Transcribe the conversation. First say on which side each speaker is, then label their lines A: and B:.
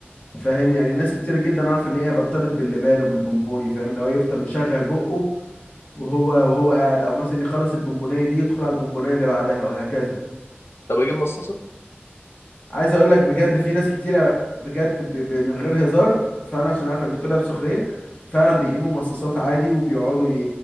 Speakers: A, on the left; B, on the left.
A: فاهم يعني ناس كتيرة جدا اعرف ان هي بطلت باللبان وبالبونبوني فاهم اللي هو يفضل مشغل بقه وهو وهو قاعد او مثلا يخلص البونبونية دي يدخل على البونبونية اللي بعدها وهكذا
B: طب اجيب مصاصه
A: عايز اقولك بجد في ناس كتيرة بجد ب... ب... من غير هزار فانا عشان عارفك بتقولها بسخرية فعلا بيجيبوا مصاصات عادي وبيقعدوا ي...